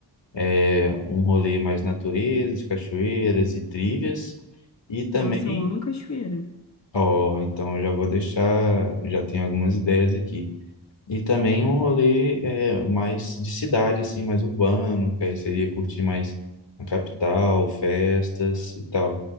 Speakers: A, on the left; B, on the left.
A: é, um rolê mais natureza, de cachoeiras e trilhas, e também,
B: Nossa, eu amo cachoeira.
A: ó, então eu já vou deixar, já tenho algumas ideias aqui. E também um rolê é, mais de cidade, assim, mais urbano, que aí seria curtir mais a capital, festas e tal.